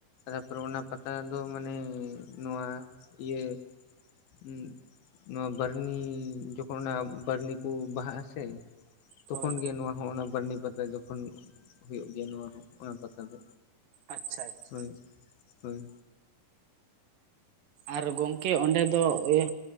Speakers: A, on the left; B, on the right.
A: ᱛᱟᱯᱚᱨᱮ ᱚᱱᱟ ᱯᱟ ᱱᱮᱛᱟᱨ ᱫᱚ ᱢᱟᱱᱮ ᱱᱚᱣᱟ ᱤᱭᱟᱹ ᱩᱸᱜ ᱱᱚᱣᱟ ᱵᱟᱨᱱᱤ ᱡᱚᱠᱷᱚᱱ ᱚᱱᱟ ᱵᱟᱨᱱᱤ ᱠᱚ ᱵᱟᱦᱟᱜ ᱟᱥᱮ ᱛᱚᱠᱷᱚᱱ
B: ᱦᱳᱭ
A: ᱜᱮ ᱱᱚᱣᱟ ᱦᱚᱸ ᱚᱱᱟ ᱵᱟᱹᱨᱱᱤ ᱯᱟᱛᱟ ᱡᱚᱠᱷᱚᱱ ᱦᱩᱭᱩᱜ ᱜᱮᱭᱟ ᱱᱚᱣᱟ ᱦᱚᱸ ᱚᱱᱟ ᱯᱟᱛᱟ ᱫᱚ᱾
B: ᱟᱪᱪᱷᱟ ᱟᱪᱪᱷᱟ᱾
A: ᱦᱳᱭ ᱦᱳᱭ
B: ᱟᱨ ᱜᱚᱢᱠᱮ ᱚᱸᱰᱮ ᱫᱚ ᱤᱭᱟᱹ